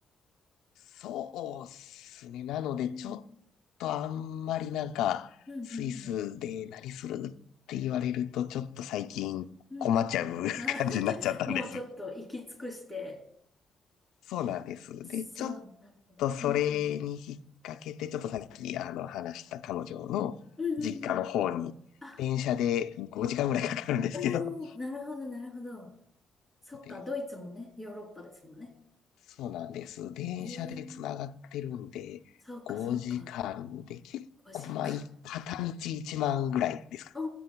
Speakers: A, on the left; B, in the centre.
A: <laughs> そうっすね。なので、
B: うん、
A: ちょっとあんまりなんか、
B: うんうんうん。
A: スイスで何するって言われると、ちょっと最近困っちゃう感じになっちゃったんです。
B: うんうんうん。あ、<laughs> もうちょっと行き尽くして。
A: そうなんです。
B: そう、
A: で、ちょっ
B: なるほど。
A: とそれに引っ掛けて、
B: うんうん。
A: ちょっとさっきあの話した彼女の実家の方に、
B: うんうんうんうん。あ、
A: 電車で5時間ぐらいかかるんですけど。
B: おー、なるほど、なるほど。そっか、
A: で、
B: ドイツもね、ヨーロッパですもんね。
A: そうなんです。電車でつながってるんで、
B: えー、そうか、
A: 5時間で結構、
B: そうか。5時間。
A: まあ、い片道1万ぐらいですか。
B: あー、